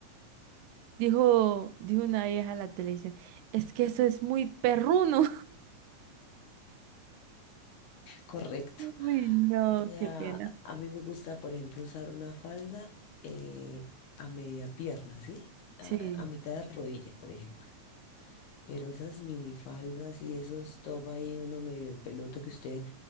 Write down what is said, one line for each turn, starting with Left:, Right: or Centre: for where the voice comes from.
Right: Dijo, dijo una vieja a la televisión. Es que eso es muy perruno.
Left: correcto.
Right: <laughs> Uy, no,
Left: O sea,
Right: qué pena.
Left: a mí me gusta, por ejemplo, usar una falda eh, a media pierna, ¿sí? A,
Right: Sí.
Left: a mitad de rodilla, por ejemplo. Pero esas minifaldas y esos top ahí, uno medio en peloto que usted,